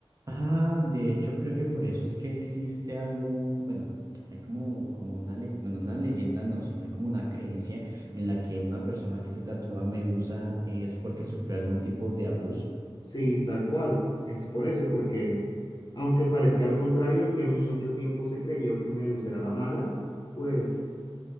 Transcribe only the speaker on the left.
Sí, tal cual. Es por eso, porque aunque parezca lo contrario, aunque mucho tiempo se creyó que Medusa era la mala, pues,